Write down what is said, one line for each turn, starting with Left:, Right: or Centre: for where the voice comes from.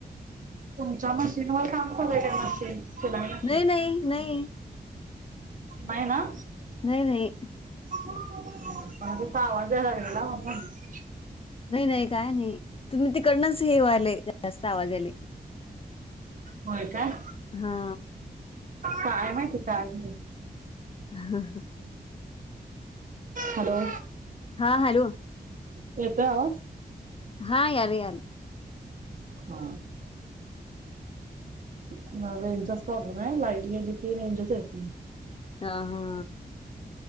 Right: तुमच्या मशीन वर काम चालूय का मशीन शिलाई मशीन
Left: नाही नाही नाही
Right: नाही ना
Left: नाही नाही
Right: मला तसा आवाज यालागलेला म्हणून म्हटलं
Left: नाही नाही काय नाही तुम्ही तिकडनंच हे वाायलय जास्त आवाजा यालय
Right: होय काय
Left: हा
Right: काय माहीती काय आणलय
Left: हा हा
Right: हॅलो
Left: हा हॅलो
Right: येतोय आवाज
Left: हा यालय यालय
Right: हा रेंजचाच प्रॉब्लेम हाय लाईट गेली की रेंजच येत नाही
Left: ह हा